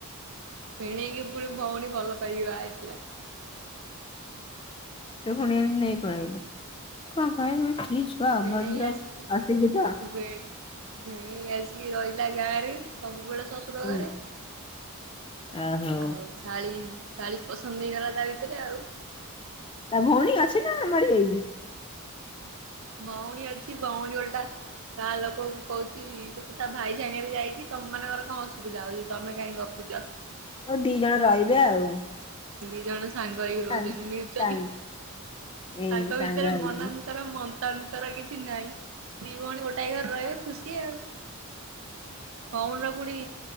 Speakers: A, on the right; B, on the left.
A: ଭିଣେଇକି ପୁଣି ଭଉଣୀ ଭଲ ପାଇକି ବାହା ହେଇଥିଲା।
B: ତୁ ପୁଣି ଏମିତି ନେଇ ପଳେଇ ଅଇଲୁ। କଣ କହବି କି ଛୁଆ
A: ଭିଣେଇ
B: ଅଭଦ୍ର
A: ଆସିକି
B: ଅଶିକ୍ଷିତ।
A: <unintelligible> ଭିଣେଇ ଆସିକି ରହିଲା ଗାଁରେ। ସବୁବେଳେ ଶ ଶଶୁର
B: ହୁଁ।
A: ଘରେ
B: ଓହୋ
A: ଆଉ ଶାଳୀ ଶାଳୀ ପସନ୍ଦ ହେଇଗଲା ତା ଭିତରେ ଆଉ।
B: ତା ଭଉଣୀ ଅଛି ନା ମରି ଯାଇଛି?
A: ଭଉଣୀ ଅଛି ଭଉଣୀ ଓଲଟା ଗାଁ ଲୋକଙ୍କୁ କହୁଛି, ସେ ତ ତା ଭାଇ ସାଙ୍ଗରେ ଯାଇଛି ତମ ମାନଙ୍କର କଣ ଅସୁବିଧା ହଉଛି? ତମେ କାଇଁ ଗପୁଚ?
B: ହଁ ଦି ଜଣ ରହିବେ ଆଉ।
A: ଦି ଜଣ ସାଙ୍ଗ ହେଇକି ରହୁଛନ୍ତି
B: ସାଙ୍ଗ
A: ମିଉଚିଆଲି,
B: ସାଙ୍ଗ ଏଇ
A: ତାଙ୍କ
B: ସାଙ୍ଗ
A: ଭିତରେ
B: ହେଇକି
A: ମନାନ୍ ତର ମତାନ୍ତର କିଛି ନାହିଁ ଦି ଭଉଣୀ ଗୋଟାଏ ଘରେ ରହିବେ ଖୁସି ଆଉ। ଭଉଣୀର ପୁଣି